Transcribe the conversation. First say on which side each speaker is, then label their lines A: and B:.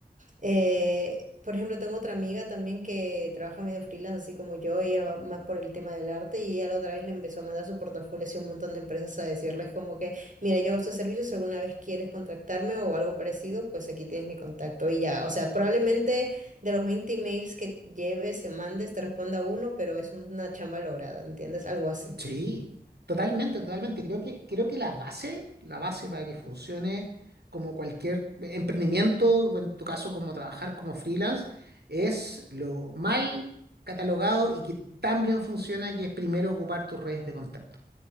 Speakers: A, on the right; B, on the right.
A: Eh, por ejemplo, tengo otra amiga también que trabaja medio freelance, así como yo, y ella va más por el tema del arte y ella la otra vez le empezó a mandar su portafolio así a un montón de empresas a decirles como que, mira, yo hago estos servicios, si alguna vez quieres contactarme o algo parecido, pues aquí tienes mi contacto y ya, o sea, probablemente de los 20 emails que lleves o mandes te responda uno, pero es una chamba lograda, ¿entiendes? Algo así.
B: Sí, totalmente, totalmente. Creo que, creo que la base, la base para que funcione como cualquier emprendimiento, o en tu caso como trabajar como freelance, es lo mal catalogado y que tan bien funciona que es primero ocupar tus redes de contacto.